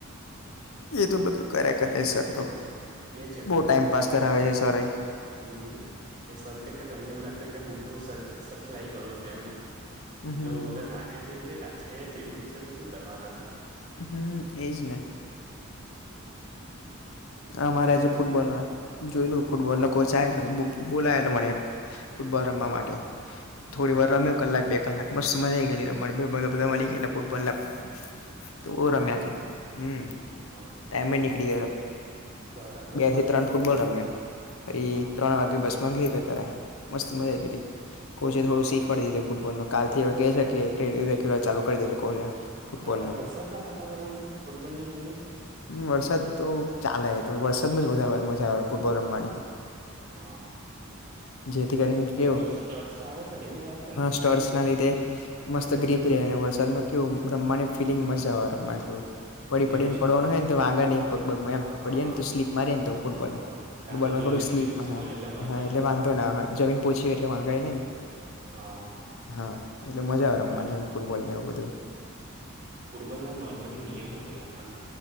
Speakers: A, on the left (about 75°); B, on the right (about 40°).
A: એ તો બધું કરે કરે સર તો
B: બે જનરલ
A: બહુ ટાઈમ
B: નોલેજ
A: પાાસ
B: ના ક્વેશ્ચન
A: કરાવે છે સર
B: હમ એ સર કેય કે તમને એવું લાગ તે કે બુઢ્ઢો સર સખલાઈ ગયો છે એમ
A: હમ
B: બીધું હવે લાગે છે એવું નઈ લાગે છે છે જ એવું જ છે તો શું કરવાના તા
A: હમ એજ ને. અમારે આજે
B: બાકી
A: ફૂટબોલમાં જોયલું ફૂટબોલ ન કોચ આવેલો બોલાયેલો મને ફૂટબોલ
B: હ
A: રમવા માટે. થોડી વાર રમ્યો કલાક બે કલાક મસ્ત મજા આવી ગયેલી રમવાની બધાં મળલી ગેલા ફૂટબોલમાં
B: <inaudible>
A: તો ઓ રમ્યા છે હમ
B: હ
A: ટાઈમ નનીકળ
B: બરાબર
A: ગ જ ત્રણ ફૂટબોલ રમે ફરી
B: હા
A: ત્રણ વાગે બસ માં ઘેર ગયા કરતાં મસ્ત મજા આવી ગયેલી કોચ એ થોડું
B: હા
A: શીખવાડી દીધું ફૂટબોલનું. કાલ થી હવે કેય છે કે ટ્રેનિંગ રેગ્યુલર ચાલુ કરી દેજે કોય એમ ફૂટબોલનું
B: અત્યારે વરસાદના વાતાવરણ માં ફૂટબોલ ની ટ્રેનિંગ.
A: વરસાદ તો ચાલે તો વરસાદમાં જ વધારે મજા આવે ફૂટબોલ રમવાનીતો
B: હા, હું ‌.
A: જેથી કરીને કેવું
B: સ્ટર્ટસ આવે છે ને એવું આવે છે ને
A: સ્ટોર્સ ના લીધે
B: હા
A: મસ્ત ગ્રીફ અને વરસાદમાં કેવું રમવાની ફિલિંગ મજા આવે રમવા થોડું પડી પડીને
B: એવું છે
A: પડવાનું હોય નેતો વાગે નહીં પગબગ એમ.
B: હા હા
A: પડીએ
B: હા
A: ને સ્લીપ મારીને તો ફૂટબોલ
B: હા હા હા કાદવ
A: ફૂટબોલ માં
B: પેલું
A: થોડું
B: લીસું
A: સ્લીપ
B: લીસું
A: હ
B: હોય ને વાંધો
A: હા એટલે
B: ના આવે
A: વાંધોના જમીન પછીયે એટલે વાગેય ને
B: હા.
A: હા, એટલે મજા આવે
B: બરાબર
A: રમવાનીમ ફૂટબોલ ને એવું બધું.
B: ફૂટબોલના નોર્મલી નિયમો કેવા આમ